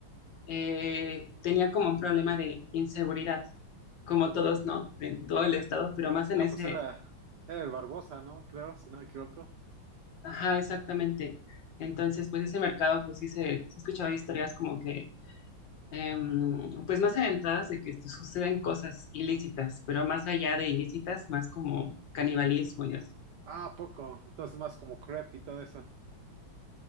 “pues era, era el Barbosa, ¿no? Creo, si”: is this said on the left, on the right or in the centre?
Right